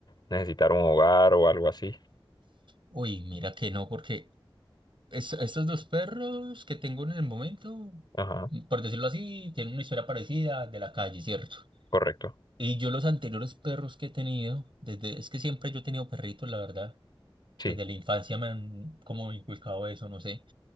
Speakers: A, on the left; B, on the right.
A: necesitar un hogar o algo así.
B: Uy, mira que no, porque es- estos dos perros que tengo en el momento,
A: Ajá,
B: por decirlo así, tienen una historia parecida de la calle, ¿cierto?
A: correcto.
B: Y yo los anteriores perros que he tenido, desde, es que siempre yo he tenido perritos, la verdad.
A: Sí.
B: Desde la infancia me han como inculcado eso, no sé.